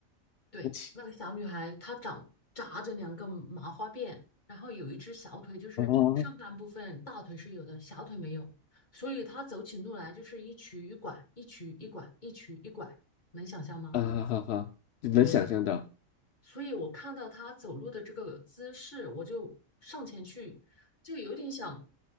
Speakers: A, on the left; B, on the left.
A: 对，
B: 不起
A: 那个小女孩她长扎着两个麻花辫，然后有一只小腿，就是上半部分大腿是有的，
B: 啊
A: 小腿没有，所以她走起路来就是一瘸一拐，一瘸一拐，一瘸一拐，能想象吗？
B: 啊哈哈，哈你能想象到，
A: 对，所以我看到她走路的这个姿势，我就上前去，就有点想，